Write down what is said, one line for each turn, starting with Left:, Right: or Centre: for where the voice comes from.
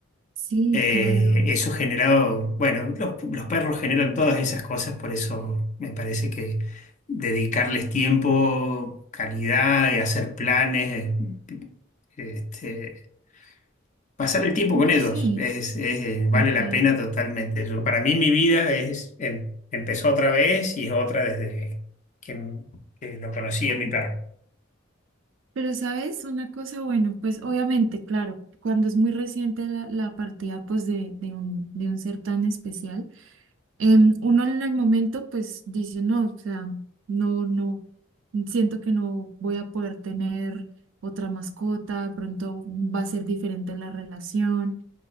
Right: Sí,
Left: Eh,
Right: claro.
Left: eso generado, bueno, los, los perros generan todas esas cosas, por eso me parece que dedicarles tiempo, calidad y hacer planes, eh, este, pasar el tiempo con
Right: No
Left: ellos,
Right: sé,
Left: es, es, eh, vale
Right: total.
Left: la pena totalmente. Yo- para mí mi vida es, em- empezó otra vez y es otra desde que, que lo conocí a mi perro.
Right: Pero, ¿sabes? Una cosa, bueno, pues obviamente, claro, cuando es muy reciente la, la partida pues de, de un, de un ser tan especial, em, uno en el momento pues dice, no, o sea, no, no, siento que no voy a poder tener otra mascota, de pronto va a ser diferente la relación,